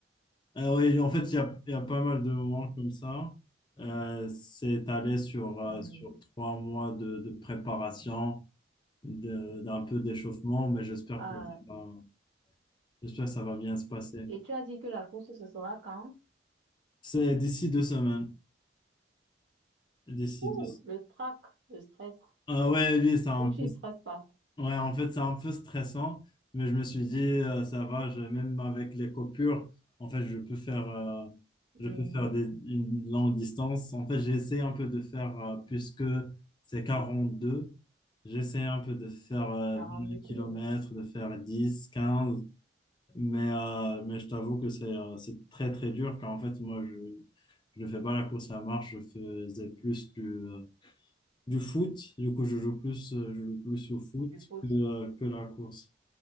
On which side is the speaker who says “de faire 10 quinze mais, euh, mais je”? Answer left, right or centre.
Left